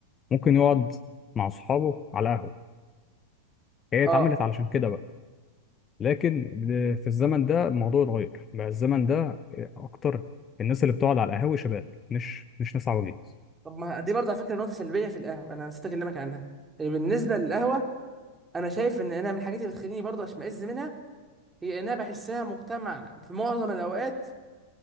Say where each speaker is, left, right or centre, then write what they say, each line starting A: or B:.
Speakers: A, on the left (about 30°); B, on the right (about 15°).
A: ممكن يقعد مع صحابه على قهوه هي
B: اه
A: اتعملت علشان كده بقى لكن ل- في الزمن ده الموضوع اتغير بقى الزمن ده اكتر الناس اللي بتقعد على القهاوي شباب مش مش ناس عواجيز
B: طب ما دي برضه على فكره نقطه سلبيه في القهوه انا نسيت اكلمك عنها يعني بالنسبه للقهوه انا شايف ان انا من الحاجات اللي بتخليني برضه اشمئز منها هي انها بحسها مجتمع في معظم الاوقات